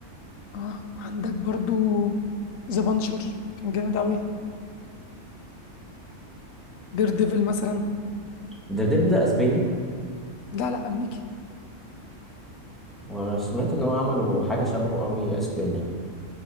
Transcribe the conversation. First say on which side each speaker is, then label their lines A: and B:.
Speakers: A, on the left; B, in the centre.
A: اه عندك برضو ذا بانشر كان جامد أوي دير ديفل مثلا
B: ديفل ده اسباني
A: لا لا أمريكي
B: وانا سمعت ان هو عملوا حاجه شبهه قوي اسباني